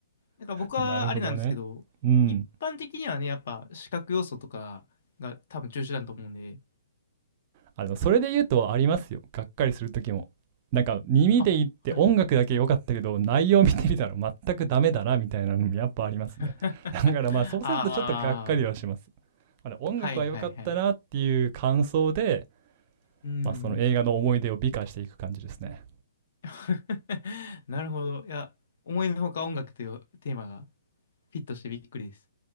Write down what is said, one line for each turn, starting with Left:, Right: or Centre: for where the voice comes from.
Left: だから僕はあれなんですけど、
Right: なるほどねうん
Left: 一般的にはね、やっぱ視覚要素とかが多分中心だと思うんで、
Right: あのそれで言うとありますよがっかりする時もなんか耳で言って音楽だけ良かったけど内容見てみたら全くダメだなみたいなのもやっぱありますねだからまあそうするとちょっとがっかりはします
Left: あ、はい。<laughs> ああ、
Right: あの音楽は良かったなっていう感想で
Left: はいはいはい。うんうん。
Right: まあ、その映画の思い出を美化していく感じですね。
Left: <laughs> なるほど。いや、思いのほか音楽というテーマがフィットしてびっくりです。